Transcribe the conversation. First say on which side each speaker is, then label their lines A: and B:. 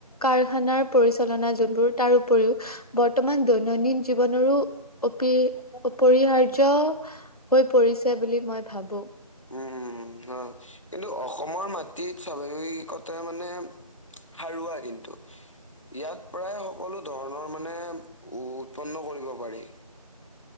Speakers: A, on the left; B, on the left.
A: কাৰখানাৰ পৰিচালনা যোনবোৰ তাৰ উপৰিও বৰ্তমান দৈনন্দিন জীৱনৰো অপি অপৰিহাৰ্য হৈ পৰিছে বুলি মই ভাবোঁ।
B: উম হয় কিন্তু অসমৰ মাটিত স্বাভাৱিকতে মানে সাৰুৱা কিন্তু ইয়াত প্ৰায় সকলো ধৰণৰ মানে উ উৎপন্ন কৰিব পাৰি।